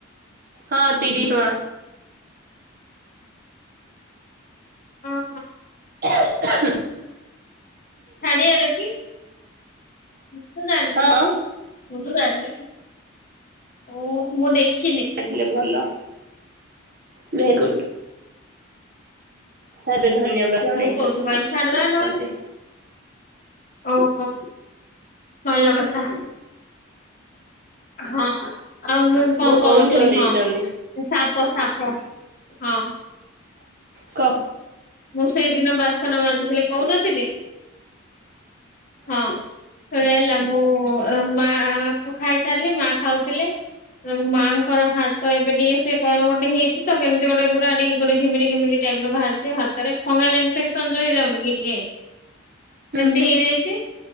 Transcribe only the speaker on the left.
ଅଁ ହଁ।
ଛାଡିଆର କି ମୁଁ ତ ଜାଣିନି।
ମୁଁ ତ ଜାଣିନି ଓଃ ମୁଁ ଦେଖିନି।
ହଉ କହୁଛୁ କହିଲି ଛାଡିଦବା ନହେଲେ ଓହୋ ଭଲ
କଥା। ହଁ ଆଉ ମୁଁ କଣ
କହୁଥିଲି
ହଁ ସାପ ସାପ ହଁ।
ମୁଁ ସେଇଦିନ ବାସନ ମାଜୁଥିଲି କଉନଥିଲି। ହଁ ଶୁଣ ହେଲା ମୁଁ ମାଁ ଖାଇସାରିଲି ମାଁ ଖାଉଥିଲେ ମାଆଙ୍କର ହାତ ଏବେ ଟିକେ ସେ କଣ ଗୋଟେ ହେଇଚି ତ କେମିତି ଗୋଟେ ପୁରା ଟିକେ ଗୋଟେ ଘିମିରି ଘିମିରି ଟାଇପ୍ ର ବାହାରିଛି ହାତରେ ଫଙ୍ଗଲ୍ ଇନଫେକ୍ସନ ଯୋଉ ହେଇଯାଉନି କି ଟିକେ ସେମତି
ହେଇଯାଇ ଚି।